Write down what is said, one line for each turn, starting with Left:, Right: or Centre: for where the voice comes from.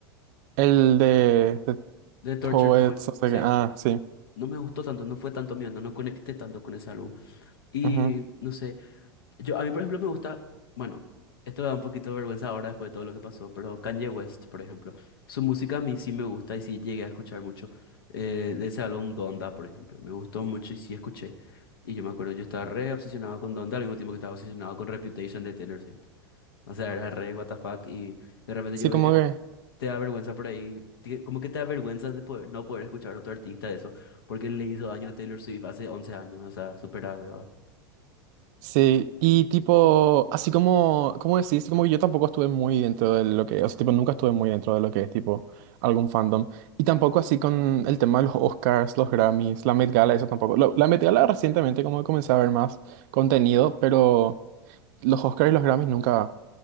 Right: El de, de
Left: The Tortured
Right: Poets,
Left: Poets,
Right: o sea
Left: sí.
Right: que, ah, sí.
Left: No me gustó tanto, no fue tanto mío, no, no conecté tanto con ese álbum. Y
Right: Ujú.
Left: no sé, Yo, a mí, por ejemplo, me gusta, bueno, esto da un poquito de vergüenza ahora después de todo lo que pasó, pero Kanye West, por ejemplo, su música a mí sí me gusta y sí llegué a escuchar mucho. eh, de ese álbum Donda, por ejemplo, me gustó mucho y sí escuché. Y yo me acuerdo, yo estaba re obsesionado con Donda al mismo tiempo que estaba obsesionado con Reputation de Taylor Swift. O sea, era re what the fuck y de repente
Right: Sí,
Left: yo
Right: como
Left: ve- eh,
Right: que...
Left: te da vergüenza por ahí, te- como que te da vergüenza de poder, no poder escuchar a otro artista de eso, porque le hizo daño a Taylor Swift hace 11 años, o sea, súper grave, ¿va?
Right: Sí, y tipo, así como, como decís, como que yo tampoco estuve muy dentro de lo que, o sea, tipo, nunca estuve muy dentro de lo que es, tipo, algún fandom. Y tampoco así con el tema de los Oscars, los Grammys, la Met Gala, eso tampoco. Lo- la Met Gala recientemente como comencé a ver más contenido, pero los Oscars y los Grammys nunca,